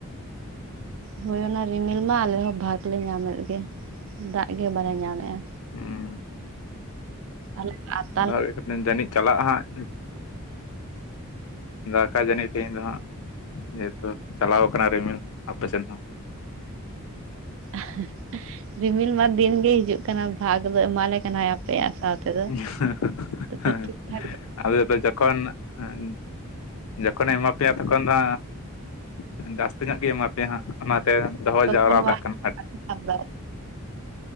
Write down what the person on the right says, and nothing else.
ᱦᱳᱭ ᱚᱱᱟ ᱨᱤᱢᱤᱞ ᱢᱟ ᱟᱞᱮ ᱦᱚᱸ ᱵᱷᱟᱜᱽ ᱞᱮ ᱧᱟᱢᱮᱫ ᱜᱮ, ᱫᱟᱜ ᱜᱮ ᱵᱟᱞᱮ ᱧᱟᱢᱼᱮᱜᱼᱟ᱾
ᱟᱞᱮ, ᱟᱯ-
<unintelligible> ᱨᱤᱢᱤᱞ ᱢᱟ ᱫᱤᱱ ᱜᱮ ᱦᱤᱡᱩᱜ ᱠᱟᱱᱟ, ᱵᱷᱟᱜᱽ ᱫᱚ ᱮᱢᱟ ᱞᱮ ᱠᱟᱱᱟᱭ ᱟᱯᱮᱭᱟᱜ ᱥᱟᱶ- ᱛᱮᱫᱚ
ᱛᱚᱵᱮ
ᱴᱷᱤᱠ ᱴᱷᱟᱠ
ᱛᱚᱠᱷᱚᱱ
ᱢᱟ
<unintelligible>